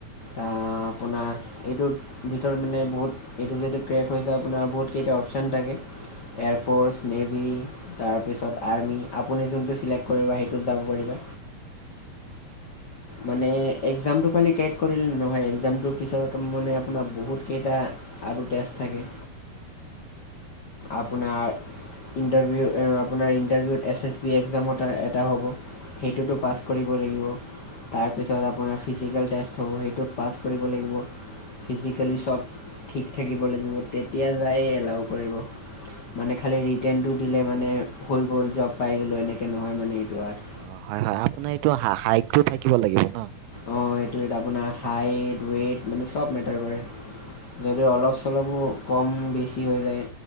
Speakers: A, on the left; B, on the right.
A: আ আপোনাৰ এইটোত ভিতৰত মানে বহুত, এইটো যদি ক্ৰেক হৈ যায় আপোনাৰ বহুত কেইটা অপচন থাকে। এয়াৰফ'ৰ্চ, নেভি, তাৰপিছত আৰ্মি আপুনি যোনটো চিলেক্ট কৰিব সিটো <unintelligible>
B: <inaudible>
A: মানে এক্জামটো খালি ক্ৰেক কৰিলে নহয়, এক্জামটোৰ পিছত মানে আপোনাৰ বহুতকেইটা আৰু টেষ্ট থাকে।
B: <inaudible>
A: আপোনাৰ ইণ্টাৰভিউ এ আপোনাৰ ইণ্টাৰভিউত, এছ এছ বি এক্সাম ত এটা হ'ব। সেইটোতো পাছ কৰিব লাগিব। তাৰপিছত আপোনাৰ ফিজিকেল টেষ্ট হ'ব, সেইটোত পাছ কৰিব লাগিব। ফিজিকেলি চব, ঠিক থাকিব লাগিব, তেতিয়া যায় এলাউ কৰিব। মানে খালী ৰিটেনটো দিলে মানে, হৈ গ'ল জব পাই গ'লোঁ, এনেকে নহয় মানে এইটো আৰু।
B: অ', হয় হয়, আপোনাৰ এইটো হ হাইটটো থাকিব লাগিব ন?
A: অ', এইটো আপোনাৰ, হাইট ৱেইট মানে চব মেটাৰ কৰে। যদি অলপ চলপো কম বেছি হৈ যায়